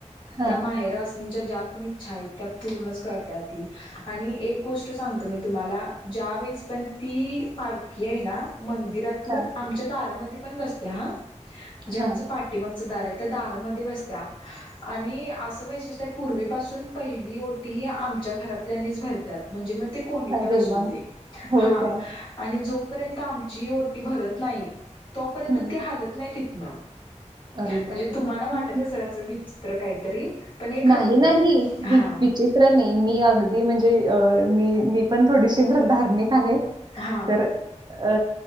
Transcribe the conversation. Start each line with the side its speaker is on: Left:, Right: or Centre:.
Right: हां
Left: त्या माहेर वाच. <unintelligible> त्यावेेळेस पण ती पालखी आहे ना. मंदिरातून
Right: हां
Left: आमच्या दारामध्ये पण बसते हा जे
Right: हां
Left: आमच पा मगच दार आहे त्या दारामध्ये बसत्या. आणि असं वैशिषत पूर्वीपासून पहिली ओटीही आमच्या घरातल्यांनीच भरतात म्हणजे मग कोणी पण
Right: अरे
Left: असू
Right: वा
Left: दे
Right: होय
Left: हा
Right: काय
Left: आणि जो पर्यंत आमची ओटी भरत नाही तोपर्यंत
Right: हं
Left: ती हलत नाही तिथनं.
Right: अरे
Left: म्हणजे
Right: बापरे
Left: तुम्हाला वाटत असेल असं विचित्र काहीतरी पण हे खरोखर
Right: नाही नाही
Left: आहे हा
Right: विचित्र नाही मी अगदी म्हणजे अ मी मी. पण थोडीशी धार्मिक आहे
Left: हा
Right: तर अ